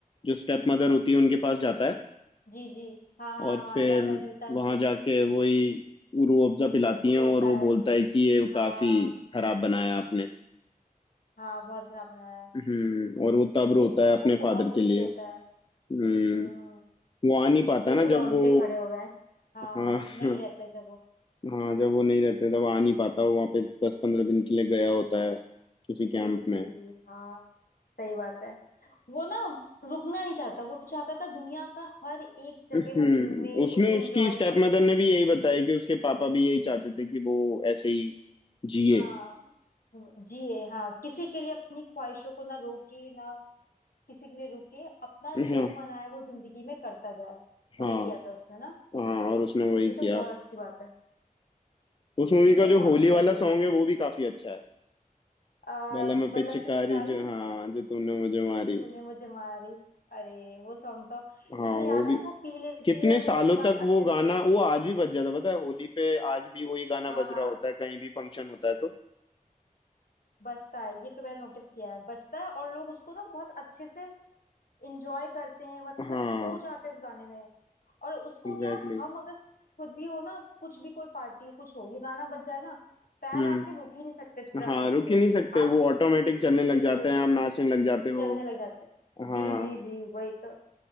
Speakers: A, on the left; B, on the left.
A: जो स्टेप मदर होती है उनके पास जाता है
B: जी जी हाँ हाँ
A: और
B: हाँ
A: फिर
B: जाता है मिलता है उनसे
A: वहां जाके वही रूह अफ़ज़ा पिलाती हैं
B: रोता
A: और वो बोलता
B: है
A: है कि ये काफी
B: हाँ
A: खराब बनाया आपने
B: हाँ बहुत खराब बनाया है
A: हम्म और वो तब
B: लेकिन
A: रोता है अपने
B: वो
A: फादर
B: बहुत दुखी
A: के लिए
B: होता है
A: हम्म
B: हम्म
A: वो आ नहीं पाता
B: मेरे
A: ना
B: तो रोंगटे
A: जब वो
B: खड़े हो गए हाँ
A: हाँ
B: नहीं रहते
A: <laughs>
B: जब वो
A: हाँ जब वो नहीं रहते तब आ नहीं पाता वो वहाँ पे दस पंद्रह दिन के लिए गया होता है किसी
B: जी
A: कैंप में
B: जी जी हाँ सही बात है वो ना रुकना नहीं चाहता वो चाहता था दुनिया का हर एक जगह
A: हम्म
B: वो घूमे
A: उसमें
B: उसे एंजॉय
A: उसकी स्टेप
B: करे
A: मदर
B: ठीक
A: ने भी यही बताया
B: है
A: कि उसके पापा भी यही चाहते थे कि वो ऐसे ही जिए
B: हाँ घूमे- जिए हाँ किसी के लिए अपनी ख्वाहिशों को ना रोके ना किसी के लिए रुके अपना
A: हाँ
B: जो मन आए वो जिंदगी में करता जाए वही
A: हाँ
B: किया था उसने ना
A: हाँ और उसने वही
B: ये
A: किया
B: तो बहुत अच्छी बात है
A: उस मूवी
B: मुझे
A: का जो
B: बहुत
A: होली
B: अच्छी
A: वाला
B: लगी है
A: सॉन्ग है वो भी काफी अच्छा है
B: आ,
A: बलम पिचकारी
B: बलम पिचकारी
A: जो हाँ जो तूने मुझे मारी
B: तूने मुझे मारी अरे वो सॉन्ग तो
A: हाँ
B: इसमें
A: वो
B: याद
A: भी
B: है वो पी लेती
A: कितने
B: है
A: सालों
B: फिर उसके बाद
A: तक वो
B: अच्छे
A: गाना
B: से
A: वो आज भी बज जाता है, पता है होली पे आज भी वही गाना
B: हाँ
A: बज
B: हाँ
A: रहा होता है कहीं भी फंक्शन होता है तो
B: बचता है ये तो मैंने नोटिस किया है बचता है और लोग उसको ना बहुत अच्छे से इंजॉय करते हैं मतलब
A: हाँ
B: खो जाते हैं उस गाने में और उसको
A: एग्जैक्टली
B: क्या हम अगर खुद भी हो ना कुछ भी कोई पार्टी हो कुछ हो ये गाना बज जाए ना पैर
A: हम्म
B: आपके रुक ही नहीं सकते थिरकने
A: हाँ रुक
B: से
A: ही नहीं सकते
B: आप
A: वो ऑटोमेटिक चलने लग
B: बिल्कुल
A: जाते हैं आप नाचने लग जाते हो
B: चलने लग जाते जी
A: हाँ
B: जी जी वही तो